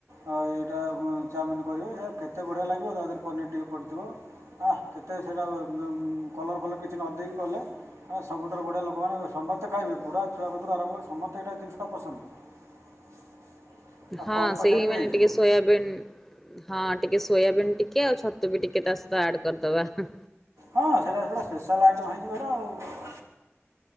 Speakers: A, on the right (about 85°); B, in the centre.
A: ହଁ ଏଇଟା ବୁ ଚାଓମିନ କରିବେ ହେ କେତେ ବଢ଼ିଆ ଲାଗିବ। ତା ଦେହରେ ପନିର୍ ଟିକେ ପଡ଼ିଥିବ। ଆଃ କେତେ ସେଇଟା ଉଁ କଲର ଫଲର୍ କିଛି ନ ଦେଇକି କଲେ ହଁ ସବୁଠାରୁ ବଢିଆ ଲୋକମାନେ ସମସ୍ତେ ଖାଇବେ। ବୁଢ଼ା ଛୁଆ କତୁରୁ ଆରମ୍ଭ କରି ସମସ୍ତେ ଏଇଟା ଜିନିଷଟା ପସନ୍ଦ। <inaudible>
B: ହଁ,
A: କମ୍ ପଇସାରେ
B: ସେଇ
A: ବି
B: ମାନେ
A: ହେଇଯିବ।
B: ଟିକେ ସୋୟାବିନ୍ ହଁ ଟିକେ ସୋୟାବିନ୍ ଟିକେ ଆଉ ଛତୁ ବି ଟିକେ ତା ସହିତ ଆଡ କରିଦବା ହୁଁ।
A: ହଁ ସେଇଟା ସେଇଟା ସ୍ପେଶାଲ ଆଇଟମ୍ ହେଇଯିବ ହେଟା ଆଉ।